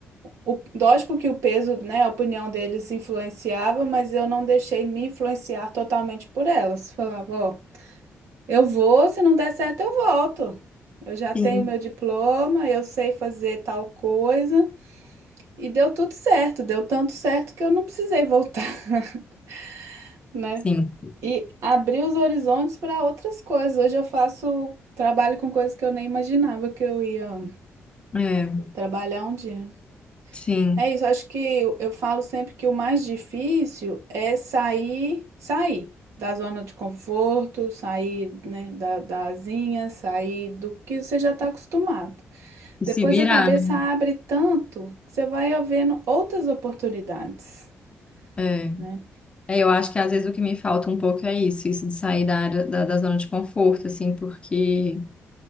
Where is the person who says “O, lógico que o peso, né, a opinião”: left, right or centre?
Right